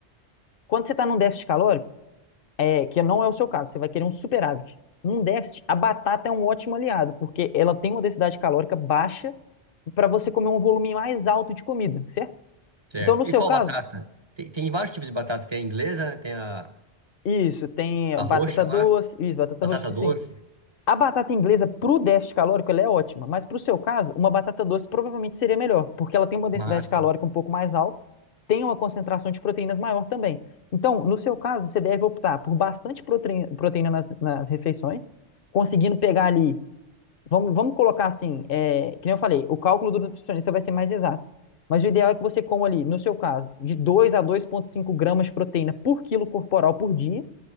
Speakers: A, on the left (about 60°); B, on the right (about 35°).
A: quando você está num déficit calórico, é, que não é o seu caso, você vai querer um superávit. Num déficit, a batata é um ótimo aliado, porque ela tem uma densidade calórica baixa para você comer um volume mais alto de comida, certo?
B: Certo.
A: Então, no seu
B: E qual
A: caso,
B: batata? Tem, tem vários tipos de batata. Tem a inglesa, tem a
A: isso, tem
B: A
A: batata
B: roxa
A: doce,
B: lá,
A: isso, batata
B: batata
A: roxa,
B: doce,
A: sim. A batata inglesa pro déficit calórico, ela é ótima, mas pro seu caso, uma batata doce provavelmente seria melhor, porque ela tem uma densidade
B: massa,
A: calórica um pouco mais alta, tem uma concentração de proteínas maior também. Então, no seu caso, você deve optar por bastante proteína, proteína nas, nas refeições, conseguindo pegar ali Vamos, vamos colocar assim, é, que nem eu falei, o cálculo do nutricionista vai ser mais exato. Mas o ideal é que você coma ali, no seu caso, de 2 a dois vírgula cinco gramas de proteína por quilo corporal por dia